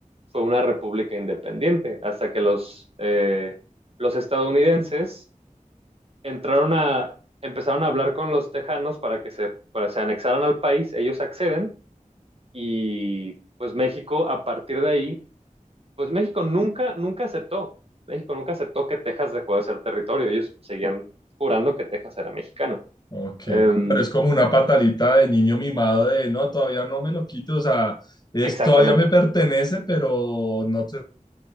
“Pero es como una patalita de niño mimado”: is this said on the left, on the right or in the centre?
Left